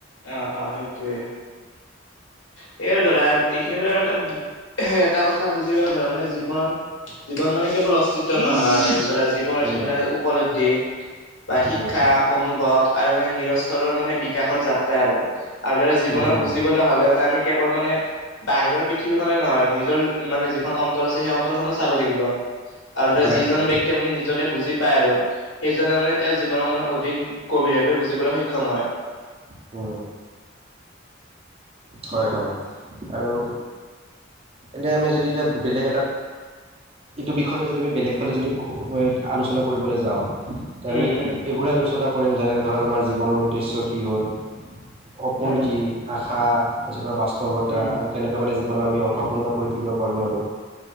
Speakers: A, on the left; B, on the right.
A: অ অ সেইটোৱে সেইয় আৰু ধৰা এইখিনিৰ পৰা আমি এটা এটা কথা বুজি ধৰা মানে জীৱন জীৱন মানে কেৱল অস্তিত্ব নহয় আৰু ধৰা জীৱন হৈছে
B: উম
A: মানে উপলব্ধি বা শিক্ষা
B: উম
A: অনুভৱ আৰু মানে নিৰস্তৰৰ মানে বিকাশৰ যাত্ৰা আৰু আৰু জীৱনক
B: উম হুম
A: বুজিবলৈ হলে মানে আমি কেৱল মানে বাহিৰৰ পৃথিৱীখনে নহয় নিজ নিজৰ মানে যিখন অন্তৰ আছে সেই অন্তৰ খনো চাব লাগিব। আৰু ধৰা
B: লাগিব
A: যিজন ব্যক্তিয়ে মানে নিজকে বুজি পায় আৰু সেইজন মানে তেওঁৰ জীৱনৰ মান অধিক গভীৰভাৱে বুজিবলৈ সক্ষম হয়
B: অ হয় হয় আৰু এনেই আমি যদি এতিয়া বেলেগ এটা এইটো বিষয়তে যদি আমি বেলেগ ফালে যদি আলোচনা কৰিবলৈ যাওঁ
A: উম
B: আমি
A: উম
B: এইবোৰে আলোচনা কৰিম যেনেকে ধৰা তোমাৰ জীৱনৰ উদ্দেশ্য কি হ'ল সপোন
A: উম
B: কি আশা তাৰপিছত বাস্তৱতা
A: উম
B: আৰু কেনেকুৱা মানে জীৱনাক আমি অৰ্থপূৰ্ণ কৰি তুলিব পাৰোঁ আৰু